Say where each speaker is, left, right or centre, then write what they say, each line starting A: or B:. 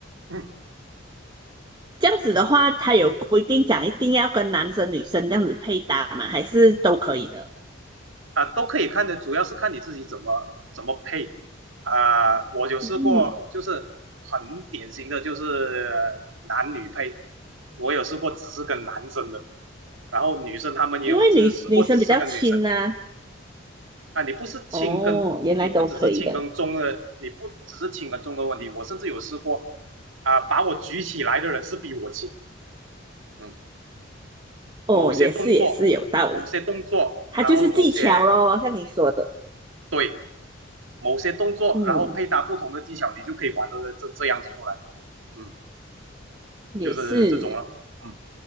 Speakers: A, on the right (about 85°); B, on the right (about 20°).
A: 嗯，
B: 这样子的话，他有规定讲一定要跟男生女生这样子配搭吗？还是都可以的？
A: 啊，都可以看的，主要是看你自己怎么怎么配。啊、呃我有试过，
B: 嗯，
A: 就是很典型的就是男女配，我有试过只是跟男生的，然后女生他们也有试试过只是跟女生，
B: 因为女女生比较轻啊。
A: 啊，你不是轻跟，
B: 哦，原来都可以的。
A: 你不只是轻跟重的，你不只是轻跟重的问题。我甚至有试过，啊，呃把我举起来的人是比我轻的。嗯，
B: 哦，
A: 某些动作，
B: 也是也是有道理，
A: 某些动作，
B: 它就是技巧咯，
A: 然后某些
B: 像你说的。
A: 对，某些动作，
B: 嗯，
A: 然后配搭不同的技巧，你就可以玩的这这样子出来。嗯，
B: 也是。
A: 就是这种了。嗯，